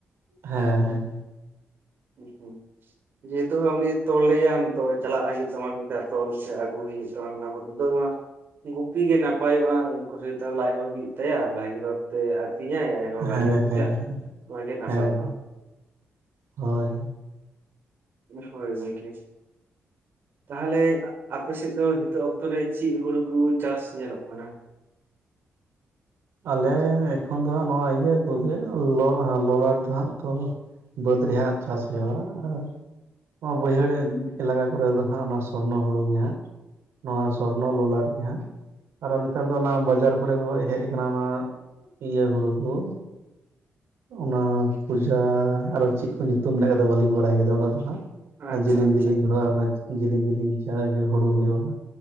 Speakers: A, on the right (about 80°); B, on the right (about 55°).
A: ᱦᱮᱸ ᱦᱮᱸ᱾
B: ᱦᱩᱸ ᱦᱩᱸ, ᱡᱮᱦᱮᱛᱩ ᱩᱱᱤ ᱛᱚᱞᱮᱭᱟᱢ ᱛᱚ ᱪᱟᱞᱟᱜ ᱦᱩᱭᱩᱜ ᱛᱟᱢᱟ ᱢᱤᱫ ᱫᱷᱟᱣ ᱛᱚᱞ ᱥᱮ ᱟᱹᱜᱩ ᱦᱩᱭᱩᱜ ᱛᱟᱢᱟ ᱚᱱᱟ ᱵᱚᱫᱚᱞ ᱫᱚ ᱱᱚᱣᱟ ᱜᱩᱯᱤ ᱜᱮ ᱱᱟᱯᱟᱭᱚᱜᱼᱟ ᱩᱱᱠᱩ ᱥᱟᱛᱮ ᱞᱟᱡ ᱦᱚᱸ ᱵᱤᱜ ᱛᱟᱭᱟ ᱵᱷᱟᱹᱜᱤ ᱵᱷᱟᱜᱤᱛᱮ ᱟᱹᱛᱤᱧᱟᱭ ᱦᱚᱸ ᱵᱷᱟᱹᱜᱤ
A: ᱦᱮᱸ ᱦᱮᱸ
B: ᱵᱩᱡᱟ
A: ᱦᱮᱸ
B: ᱱᱚᱣᱟ ᱜᱮ ᱱᱟᱯᱟᱭᱚᱜᱼᱟ
A: ᱦᱮᱸ ᱦᱳᱭ᱾
B: ᱦᱚᱭ ᱜᱚᱝᱠᱮ, ᱛᱟᱦᱚᱞᱮ ᱟᱯᱮ ᱥᱮᱜ ᱫᱚ ᱱᱤᱛᱚᱜ ᱚᱠᱛᱚ ᱨᱮ ᱪᱮᱜ ᱦᱩᱲᱩ ᱠᱚ ᱪᱟᱥ ᱧᱮᱞᱚᱜ ᱠᱟᱱᱟ?
A: ᱟᱞᱮ ᱮᱠᱷᱚᱱ ᱫᱚ ᱦᱟᱸᱜ ᱱᱚᱣᱟ ᱤᱭᱟᱹ ᱠᱚᱜᱮ ᱞᱚ ᱞᱚᱞᱟᱴ ᱫᱚ ᱦᱟᱸᱜ ᱛᱚ ᱵᱟᱹᱫᱽ ᱨᱮᱦᱟᱸᱜ ᱪᱟᱥ ᱦᱩᱭᱩᱜᱼᱟ ᱟᱨ ᱱᱚᱣᱟ ᱵᱟᱹᱭᱦᱟᱹᱲ ᱮᱞᱟᱠᱟ ᱠᱚᱨᱮ ᱫᱚ ᱦᱟᱸᱜ ᱚᱱᱟ ᱥᱚᱨᱱᱚ ᱦᱩᱲᱩ ᱜᱮ ᱦᱟᱸᱜ᱾ ᱱᱚᱣᱟ ᱥᱚᱨᱱᱚ ᱞᱚᱞᱟᱴ ᱜᱮ ᱦᱟᱸᱜ ᱟᱨᱚ ᱱᱮᱛᱟᱨ ᱫᱚ ᱚᱱᱟ ᱵᱟᱡᱟᱨ ᱠᱚᱨᱮ ᱠᱷᱚᱭ ᱦᱮᱜ ᱠᱟᱱᱟ ᱚᱱᱟ ᱤᱭᱟᱹ ᱦᱩᱲᱩ ᱠᱚ ᱚᱱᱟ ᱯᱩᱡᱟ ᱟᱨᱚ ᱪᱮᱜ ᱠᱚ ᱧᱩᱛᱩᱢ ᱢᱮᱱᱟᱜ ᱠᱟᱫᱟ ᱵᱟᱹᱞᱤᱧ ᱵᱟᱲᱟᱭ ᱠᱟᱫᱟ ᱩᱱᱟᱹᱜ ᱫᱚ ᱦᱟᱸᱜ᱾
B: ᱟᱪᱪᱷᱟ
A: ᱡᱮᱞᱤᱧ
B: ᱟᱪᱪᱷᱟ
A: ᱡᱮᱞᱤᱧ ᱦᱩᱲᱚᱜᱼᱟ ᱚᱱᱟ ᱡᱮᱞᱤᱧ ᱡᱮᱞᱤᱧ ᱪᱷᱟ ᱦᱩᱲᱩ ᱦᱩᱭᱩᱜᱼᱟ᱾